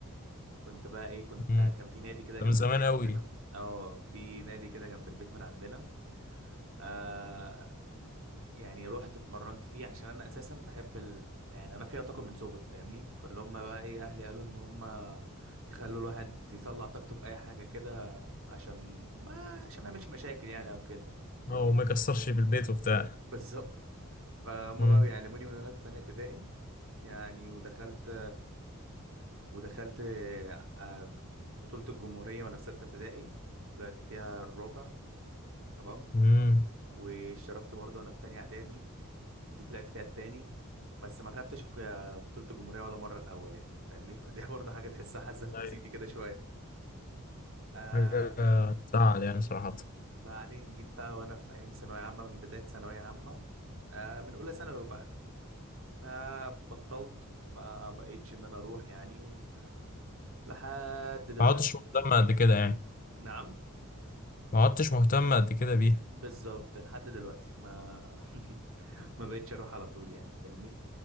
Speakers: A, on the right; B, on the left.
A: كنت بقى ايه كنت
B: مم.
A: كان في نادي كده جنب
B: ده من زمان
A: البيت عندنا
B: قوي
A: اه في نادي كده جنب البيت من عندنا آه يعني رحت اتمرنت فيه عشان انا اساسا بحب ال... يعني انا فيها طاقه من صغري فاهمني فاللي هم بقى ايه اهلي قالوا ان هم يخلوا الواحد يطلع طاقته في اي حاجه كده عشان ما عشان ما يعملش مشاكل يعني او كده فاهمني
B: اه وما يكسرش في البيت وبتاع
A: بالظبط فهم
B: مم.
A: بقى بيعلموني من وانا في تانية ابتدائي يعني ودخلت ودخلت آه، بطولة الجمهورية وانا في ستة ابتدائي طلعت فيها الرابع تمام
B: مم.
A: واشتركت برضه وانا في تانية اعدادي ودي طلعت فيها التاني بس ما خدتش الك- بطولة الجمهورية ولا مرة الأول يعني فاهمني <laughs> فدي برضه حاجة تحسها حزة في
B: أيوه.
A: نفسيتي كده شوية آه
B: حاجة تزعل يعني صراحة
A: بعدين جيت بقى وأنا في أيام ثانوية عامة من بداية ثانوية عامة آه من أولى ثانوي بقى ما بطلت ما بقيتش إن أنا أروح يعني و... لحد دلوقتي
B: ما عدتش مهتم قد كده يعني
A: نعم
B: ما عدتش مهتم قد كده بيها
A: بالظبط لحد دلوقتي ما <laughs> ما بقتش أروح على طول يعني فاهمني